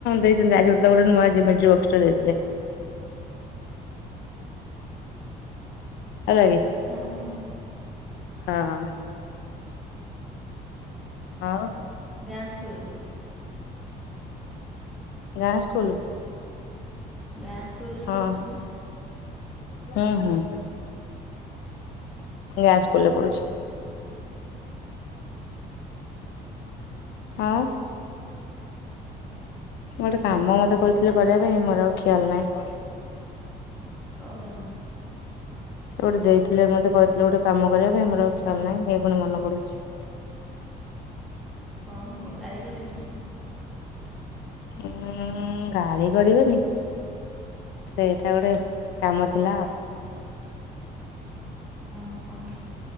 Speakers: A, on the left (about 85°); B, in the centre.
A: ଦେଇଛନ୍ତି ଆଜି ଗୋଟେ ତାକୁ ଗୋଟେ ନୂଆ ଜେମେଟ୍ରି ବକ୍ସ୍ ଟେ ଦେଇଥିଲେ। ହେଲାକି
B: ଓହୋ
A: ହଁ। ଆଉ।
B: ଗାଁ ସ୍କୁଲ।
A: ଗାଁ ସ୍କୁଲ୍
B: ଗାଁ ସ୍କୁଲ ରେ
A: ହଁ।
B: ପଢୁଛି ନା
A: ହୁଁ ହୁଁ ଗାଁ ସ୍କୁଲ୍ ରେ ପଢ଼ୁଛି। ଆଉ। ଗୋଟେ କାମ ମତେ କହିଥିଲେ
B: ତମ
A: କରିବା ପରିବା ପାଇଁ ମୋର ଆଉ ଖିଆଲ୍ ନାହିଁ।
B: କଉ କାମ?
A: ଗୋଟେ ଦେଇଥିଲେ ମତେ କହିଥିଲେ ଗୋଟେ କାମ କରିବା ପାଇଁ ମୋର ଆଉ ଖିଆଲ୍ ନାହିଁ ଏଇ ପୁଣି ମନ ପଡୁଛି।
B: ଓହୋ ଗାଳି କରିବେ ନା କଣ?
A: ଉଁ ଗାଳି କରିବେନି। ସେଇଟା ଗୋଟେ କାମ ଥିଲା।
B: ଓ ହଁ